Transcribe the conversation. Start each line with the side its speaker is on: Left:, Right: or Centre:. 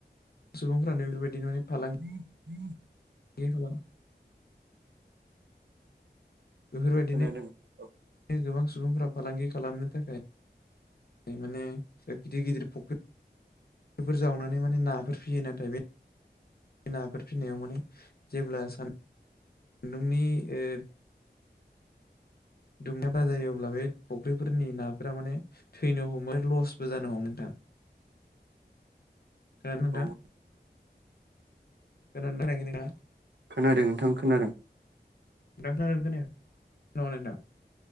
Left: सुबुंफ्रानो बेफोरबायदि माने
Right: <unintelligible>
Left: फालांगि <unintelligible> बेफोर बायदिनो
Right: खोनादों औ
Left: गोबां सुबुंफ्रा फालांगि खालामनो थाखाय माने गिदिर गिदिर फख्रि। फोर जावनानै माने नाफोर फियो नाथाय बे नाफोर फिसिनायाव माने जेब्ला सान बै ओ दुंनाय बाराायोब्ला बे फुख्रिफोरनि नाफोरा माने थैनो हमो लसबो जानो हमो नोंथां।
Right: <inaudible>
Left: खोनादों ना नोंथां?
Right: औ
Left: खोनादोंना खोनायाखै नोंथाङा
Right: खोनादों नोंथां खोनादों।
Left: नोंथां खोनादों ना खोनायाखै खोनादों नोंथां।